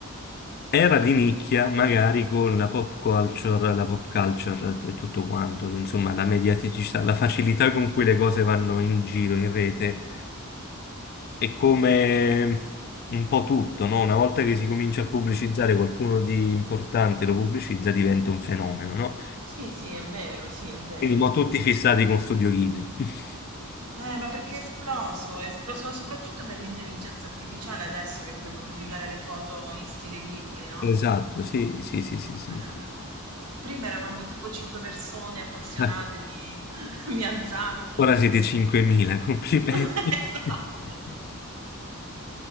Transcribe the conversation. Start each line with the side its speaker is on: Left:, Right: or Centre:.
Left: Era di nicchia, magari con la pop culture, la pop culture e tutto quanto, insomma, la mediaticità, la facilità con cui le cose vanno in giro, in rete, e come un po' tutto, no? Una volta che si comincia a pubblicizzare qualcuno di importante lo pubblicizza, diventa un fenomeno, no?
Right: Sì, sì, è vero, sì, è vero,
Left: Quindi mo
Right: sì.
Left: tutti fissati con Studio Ghibli. <laughs>
Right: Eh, ma perché è esploso? È esploso soprattutto per l'intelligenza artificiale adesso che puoi modificare le foto in stile Ghibli, no?
Left: Esatto, sì, sì, sì, sì, sì.
Right: Eh, prima eravamo tipo cinque persone appassionate
Left: Ecco,
Right: di <laughs> Miyazaki.
Left: ora siete 5.000, complimenti.
Right: <laughs> Esatto.
Left: <laughs>